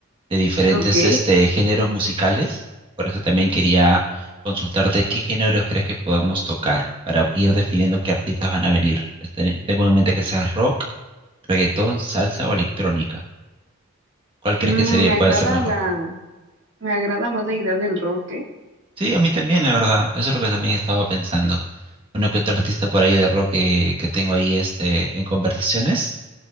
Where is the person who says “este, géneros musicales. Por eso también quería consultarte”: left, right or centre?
Right